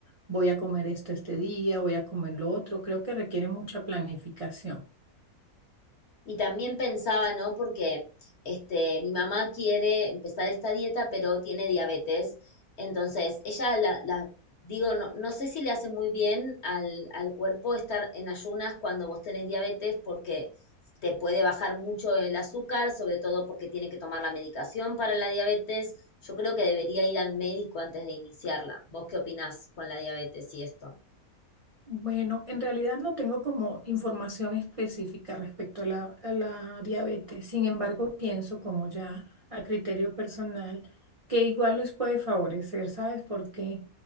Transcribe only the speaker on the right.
voy a comer esto este día, voy a comer lo otro. Creo que requiere mucha planificación.
Bueno, en realidad no tengo como información específica respecto a la, a la diabetes. Sin embargo, pienso como ya a criterio personal que igual les puede favorecer, ¿sabes? Porque